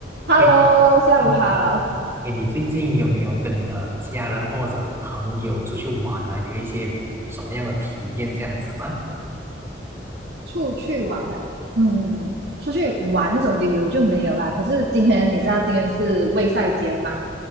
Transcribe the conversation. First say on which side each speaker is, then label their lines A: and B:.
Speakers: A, on the right (about 65°); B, on the right (about 15°).
A: Hello，
B: 哎，
A: 下午好。
B: 嗯，哎，你最近有没有跟你的家人或者朋友出去玩啊？有一些嗯什么样的体验这样子吗？
A: 出去玩了，嗯，出去玩那种旅游就没有啦。可是今天你知道今天是卫赛节嘛？